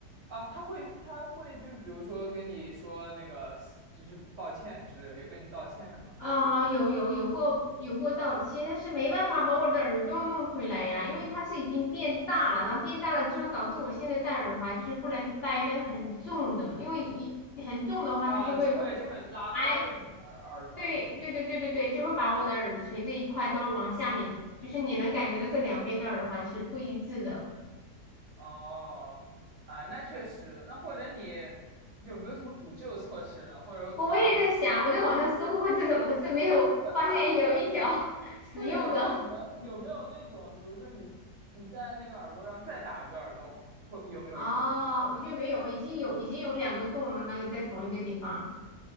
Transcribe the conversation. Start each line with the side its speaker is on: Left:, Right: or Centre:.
Right: 啊，他会他会就是比如说跟你说那个就是抱歉之类的，有跟你道歉吗？
Left: 啊、有有有过有过道歉，但是没办法把我的耳朵弄回来呀，因为它是已经变大了，然后变大了之后导致我现在戴耳环就是不能戴那个很重的，因为一很重的话它就会，
Right: 啊，就会就会拉拉着你的耳耳耳朵。
Left: 哎，对对对对对对，就会把我的耳垂这一块都往下面，就是你能感觉到这两边的耳环是不一致的。
Right: 哦，啊，那确实。那或者你有没有什么补救措施呢？或者说，
Left: 我也在想，
Right: 比如说自，
Left: 我在网上搜过这种，的，是没有发现有一条
Right: 或啊，或者
Left: <laughs> 使用的
Right: 或者叫什么？有没有那种，比如说你你在那个耳朵上再打一个耳洞，会有没有用呢？
Left: 啊，我就没有，我已经有已经有两个洞了，那个在同一个地方，